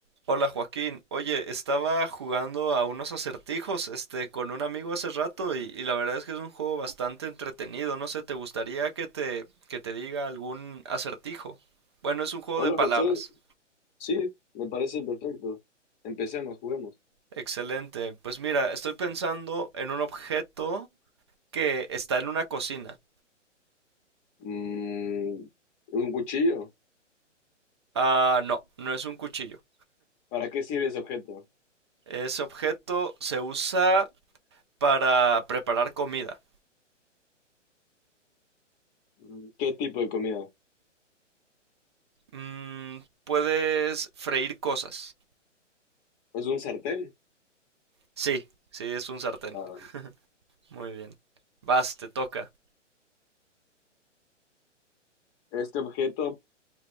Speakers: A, on the right; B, on the left.
A: Hola Joaquín, oye, estaba jugando a unos acertijos, este, con un amigo hace rato y, y la verdad es que es un juego bastante entretenido. No sé, ¿te gustaría que te, que te diga algún acertijo? Bueno, es un juego
B: Hola
A: de palabras.
B: José, sí, me parece perfecto. Empecemos, juguemos.
A: Excelente. Pues mira, estoy pensando en un objeto que está en una cocina.
B: Mm, un cuchillo.
A: Ah, no, no es un cuchillo.
B: ¿Para qué sirve ese objeto?
A: Ese objeto se usa para preparar comida.
B: Mm, ¿Qué tipo de comida?
A: Mm, puedes freír cosas.
B: ¿Es un sartén?
A: Sí, sí, es un sartén.
B: Ah, bueno.
A: Muy bien. Vas, te toca.
B: Este objeto